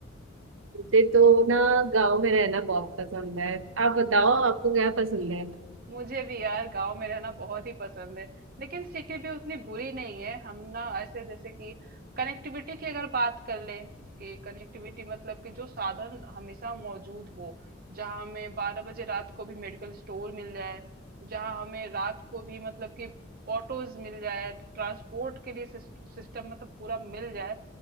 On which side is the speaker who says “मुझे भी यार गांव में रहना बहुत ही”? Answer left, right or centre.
Right